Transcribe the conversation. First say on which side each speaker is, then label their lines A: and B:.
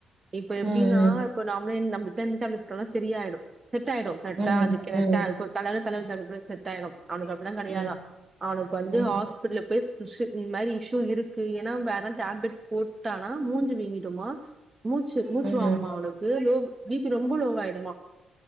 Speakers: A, on the right; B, on the right.
A: இப்ப எப்டின்னா
B: ம்
A: இப்ப நாமளே நம்மளுக்கு <unintelligible> டேப்லெட் போட்ட செரி ஆய்டும் செட் ஆயிடும் கரெக்ட்டா
B: ம்
A: அது
B: ம்
A: கேட்ட
B: ம்
A: இப்ப தலை தலை தலைப்புல செட் ஆயிடு அவனுக்கு அப்டிலா கிடையாதா
B: ம்
A: அவனுக்கு வந்து
B: ம்
A: ஆச இப்ப இதுல போய் ஸ்ட்ரிஷு இந்த மாரி இஷ்யூ இருக்கு ஏன்னா வேறதா டேப்லெட் போட்டானா மூஞ்சு வீங்கிடுமா மூச்சு மூச்சு
B: ம்
A: வாங்குமா
B: ம்
A: அவனுக்கு லோ பிபி ரொம்ப லோவாயிடுமா